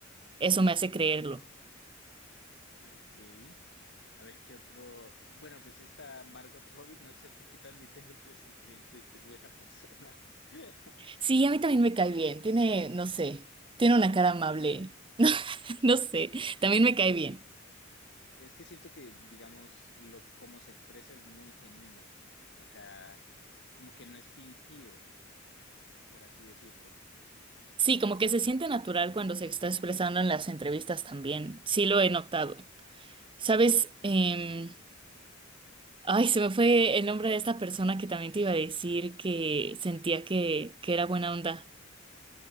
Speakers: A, on the right (about 25°); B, on the left (about 60°).
A: eso me hace creerlo.
B: Ok. A ver qué otro. Bueno, pues esta Margot Robbie, no sé por qué también tengo el presentimiento de que es buena persona. <laughs>
A: Sí, a mí también me cae bien. Tiene, no sé, tiene una cara amable. <laughs> No sé, también me cae bien.
B: Es que siento que, digamos, lo, cómo se expresa es muy genuino. O sea, como que no es fingido, por así decirlo.
A: Sí, como que se siente natural cuando se está expresando en las entrevistas también. Sí, lo he notado. ¿Sabes? Em, ay, se me fue el nombre de esta persona que también te iba a decir que sentía que, que era buena onda.